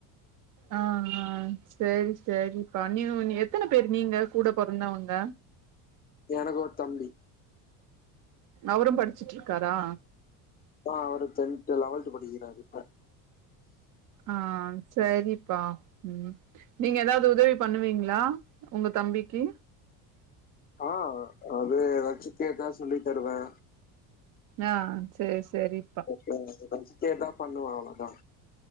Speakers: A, on the right; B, on the left.
A: ஆ ஆ சேரி சேரிப்பா நீயூ எத்தன பேரு நீங்க கூட பொறந்தாவங்க
B: எனக்கு ஒரு தம்பி
A: அவரு படிச்சிட்டு இருக்காரா
B: ஆ அவரு டென்த் லெவல்த் படிக்கிறாரு இப்ப
A: ஆ சேரிப்பா ம் நீங்க ஏதாவது உதவி பண்ணுவீங்களா உங்க தம்பிக்கு
B: ஆ அது எதாச்சு கேட்டா சொல்லி தருவே
A: ஆ சேரி சேரி
B: முக்கியோ எதாச்சு கேட்ட பண்ணுவா அவளதா